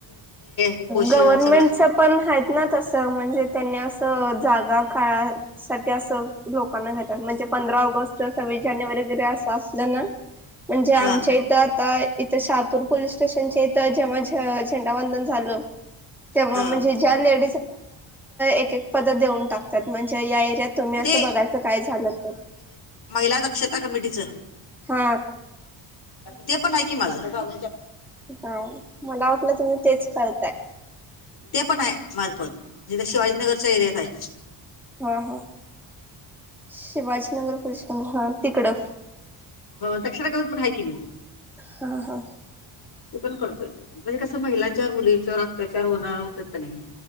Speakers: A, on the left; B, in the centre.
A: उपोषण
B: गव्हर्मेंटच
A: सगळं
B: पण आहेत ना तस म्हणजे त्यांनी असं जागा काळा सा असं लोकांना घेतात म्हणजे पंधरा ऑगस्ट अस वैरे अस अस ना म्हणजे आमच्या
A: हा
B: इथं आता इथं शहापूर पोलीस स्टेशनचे इथं जेव्हा झेंडा झा ते्हा
A: हा
B: म्हणे ज्या ले एक एक पद देऊन टाकतात म्हणजे या एरियात तुम्ही असं
A: ते
B: बघायचं काय झालं तर
A: कला दक्षता कमिटीचं
B: सात
A: ते पण आहे की मला
B: हा मला वाटलं तुम्ही तेच करताय
A: ते पण आहे मार्फत जिथे शिवाजीनगरच्या एरियात आहे
B: हा हा शिवाजीनगर पुर हा तिकडं
A: हो दक्षता करून पठाय की मी
B: हा हा
A: ते पण करतोय म्हणजे कसं महिलांच्यावर मुलींच्यावर अत्याचार होणार होत नाही